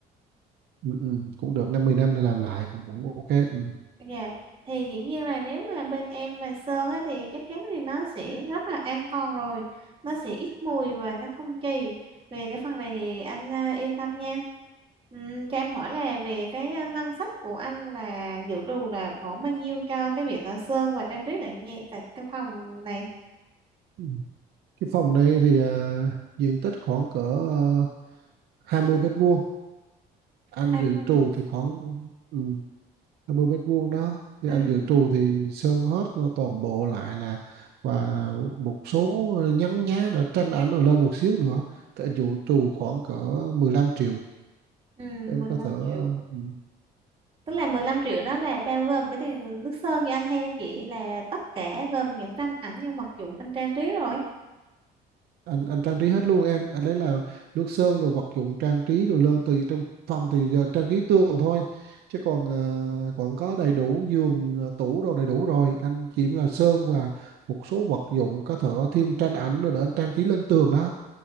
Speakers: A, on the right; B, on the right.
A: ừ, ừ. cũng được năm 10 năm để làm lại cũng cũng ok ừ.
B: Dạ, thì dĩ nhiên là nếu mà bên em mà sơn ấy, thì chắc chắn thì nó sẽ rất là an toàn rồi. Nó sẽ ít mùi và nó không kỳ. Về cái phần này thì anh à, yên tâm nha. Ừm, cho em hỏi là về cái à, ngân sách của anh là dự trù là khoảng bao nhiêu cho cái việc ở sơn và trang trí lại nghe tại căn phòng này?
A: Ừ. cái phòng này thì ờ, diện tích khoảng cỡ à, 20 mét vuông anh
B: 20
A: dự trù
B: đến
A: thì khoảng ừ, 50 mét vuông đó thì
B: ừ,
A: anh dự trù thì sơn hết nó toàn bộ lại là và một số nhăn nhá để tranh ảnh rồi lên một xíu nữa thì anh dự trù khoảng cỡ 15 triệu
B: ừ,
A: em
B: mười
A: có
B: lăm
A: thể
B: triệu.
A: ừ,
B: Tức là mười lăm triệu nó là bao gồm cái tiền nước sơn cho anh hay chỉ là tất cả gồm những tranh ảnh những vật dụng anh trang trí rồi?
A: anh anh trang trí hết luôn em anh đấy là nước sơn rồi vật dụng trang trí đồ lên từ trong phòng thì giờ anh trang trí tường thôi chứ còn ờ, còn có đầy đủ giường ờ, tủ đồ đầy đủ rồi anh chỉ là sơn và một số vật dụng có thể thêm tranh ảnh rồi để anh trang trí lên tường đó